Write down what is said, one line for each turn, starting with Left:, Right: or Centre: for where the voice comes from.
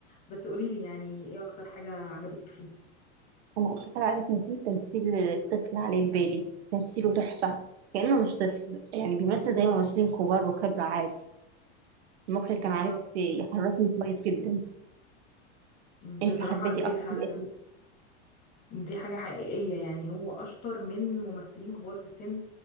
Left: بس قوليلي يعني ايه اكتر حاجة عجبتك فيه
Right: انا اصلا عارف ان في تمثيل الطفل عليه البالي تمثيله تحفه كانه مش طفل يعني بيمثل زي ممثلين كبار وخبره عادي المخرج
Left: بالظبط
Right: كان عارف يحركني كويس جدا
Left: بصراحة
Right: انت حبيتي
Left: دي
Right: اكتر
Left: حاجة
Right: حلقه فيه.
Left: دي حاجة حقيقية يعني هو أشطر من ممثلين كبار في السن